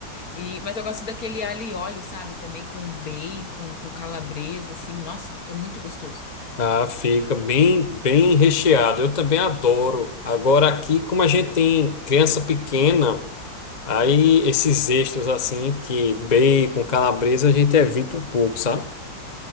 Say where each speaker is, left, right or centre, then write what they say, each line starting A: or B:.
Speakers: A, on the left; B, on the left.
A: E, mas eu gosto daquele alho e óleo, sabe? Também com bacon, com calabresa, assim. Nossa, fica muito gostoso.
B: Ah, fica bem, bem recheado. Eu também adoro. Agora aqui, como a gente tem criança pequena, Aí esses extras assim, que bacon, calabresa, a gente evita um pouco, sabe?